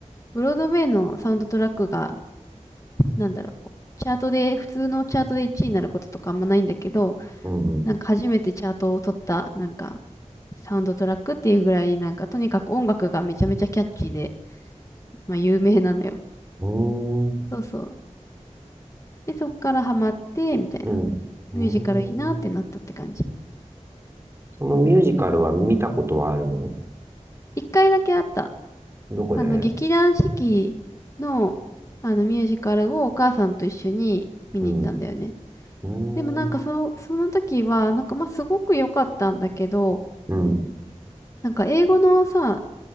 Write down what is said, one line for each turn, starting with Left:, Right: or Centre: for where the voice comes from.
Left: ブロードウェイのサウンドトラックがなんだろう、チャートで、普通のチャートで1位になることとかあんまないんだけど、
Right: うん、うん、
Left: なんか初めてチャートを取った、なんか、サウンドトラックっていうぐらい、なんか、とにかく音楽がめちゃめちゃキャッチーで、まあ、有名なのよ。
Right: うん、
Left: そうそう。で、そっからハマって、みたいな。
Right: うん、
Left: ミュージカルいいなってなったって感じ。
Right: うん。そのミュージカルは見たことはあるの
Left: 一回だけあった。
Right: どこで
Left: あの、劇団四季の、あの、ミュージカルをお母さんと一緒に見に行ったんだよね。
Right: うん。うーん
Left: でもなんかその、その時は、なんかまあすごく良かったんだけど、
Right: うん、うん、
Left: なんか英語のさ、